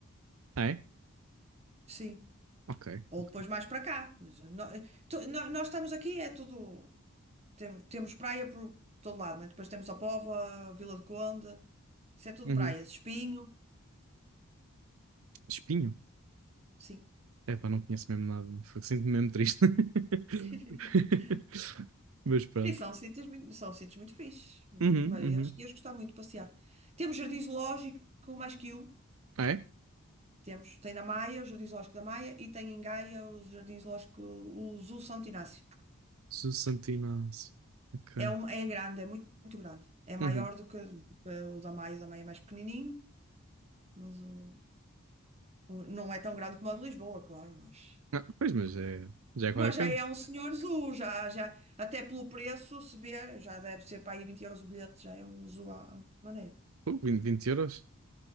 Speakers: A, on the right; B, on the right.
A: Ah, é?
B: Sim.
A: Ok,
B: Ou
A: ok.
B: depois mais para cá. Mas, eh, nó- eh, tu- nó- Nós estamos aqui, é tudo. Temos, temos praia por todo lado, né? Depois temos a Póvoa, Vila do Conde, isso é tudo
A: Uhum.
B: praias. Espinho.
A: Espinho?
B: sim
A: Epá, não conheço mesmo nada. Fogo, Sinto-me mesmo triste. <laughs>
B: <laughs>
A: Mas pronto.
B: E são sítios muito, são sítios muito fixes. Hum,
A: Uhum,
B: bem,
A: uhum.
B: Acho que ias gostar muito de passear. Temos jardim zoológico, mais que um.
A: Ah, é?
B: Temos, tem na Maia, o Jardim Zoológico da Maia, e tem em Gaia o Jardim Zoológico, o Zoo Santo Inácio.
A: Susantináceo. Ok.
B: É, um, é grande, é muito, muito grande. É maior
A: Uhum.
B: do que, do que o da Maia, o da Maia é mais pequenininho, mas o, o- não é tão grande como o de Lisboa, claro, mas,
A: Ah, pois, mas é, já é qualquer
B: mas já
A: coisa.
B: é um senhor zoo, já, já, até pelo preço se vê, já deve ser para aí 20 euros o bilhete, já é um zoo à à maneira.
A: Uh, 20, 20 euros?